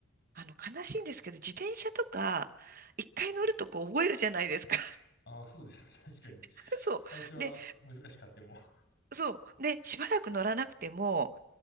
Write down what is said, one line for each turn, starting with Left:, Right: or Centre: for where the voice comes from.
Right: あの、悲しいんですけど、自転車とか、一回乗るとこう覚えるじゃないですか。
Left: ああ、そうですよ。<laughs> 確かに。
Right: <laughs> そう。
Left: 最初は難しかっても、
Right: で、
Left: <laughs>
Right: そう。で、しばらく乗らなくても、